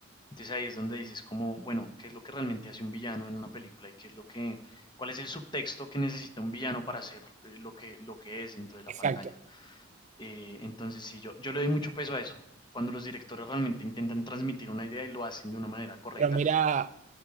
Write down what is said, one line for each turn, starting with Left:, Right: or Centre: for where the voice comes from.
Left: Entonces ahí es donde dices como, bueno, ¿qué es lo que realmente hace un villano en una película y qué es lo que, cuál es el subtexto que necesita un villano para hacer eh, lo que, lo que es dentro de la
Right: exacto.
Left: pantalla? Eh, entonces, sí, yo, yo le doy mucho peso a eso. Cuando los directores realmente intentan transmitir una idea y lo hacen de una manera correcta,
Right: Pero mira,